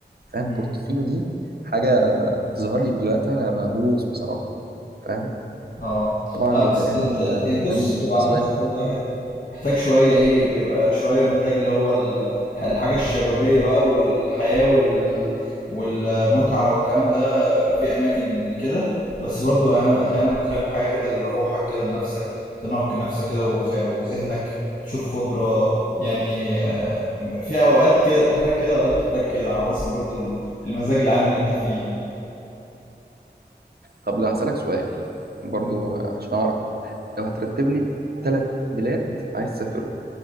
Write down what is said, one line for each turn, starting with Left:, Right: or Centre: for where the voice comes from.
Right: فاهم
Left: مم.
Right: بورتوفينو دي حاجة تظهر لي فيديوهاتها أنا مهووس بصراحة فاهم
Left: اه
Right: طبعا
Left: لا بس
Right: يونان
Left: انت إيه،
Right: آه، يونان
Left: بص بتبقى
Right: قصة
Left: على حسب
Right: تانية
Left: برضو واحد محتاج شوية ايه بيبقى شوية محتاج اللي هو ال- الحاجة الشبابية بقى والحياة وال والمتعة والكلام ده في اماكن لكده بس برضو أح- احيانا بتحب حاجه كده لروحك كده لنفسك تنقي نفسك كده وخ- وذهنك تشوف خضره يعني آه، في اوقات كده بتحتاج كده اوقات بتحتاج كده على حسب برضو ال- المزاج العام اللي انت فيه يعني
Right: طب لا هسألك سؤال برضو
Left: أو
Right: آه، عشان أعرف لو هترتب لي ثلاث بلاد عايز تسافرهم